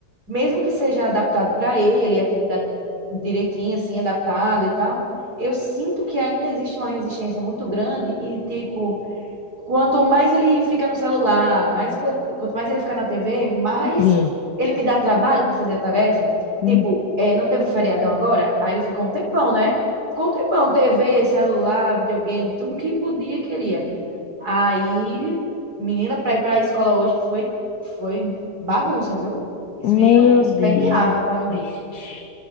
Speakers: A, on the right; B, on the left.
A: mesmo que seja adaptado para ele, atividade direitinha, assim, adaptada e tal. Eu sinto que ainda existe uma resistência muito grande e, tipo, quanto mais ele fica no celular, mais, quan- quanto mais ele fica na TV, mais
B: Enfim.
A: ele me dá trabalho para fazer a tarefa.
B: Uhum.
A: Tipo, é, não teve o feriadão agora? Aí ele ficou um tempão, né? Ficou um tempão, TV, celular, videogame, tudo que podia, e queria. Aí, menina, pra ir pra escola hoje foi, foi bagunça, viu? Esse
B: Meu
A: menino esperneava
B: Deus.
A: pra não
B: Vixe.
A: ir.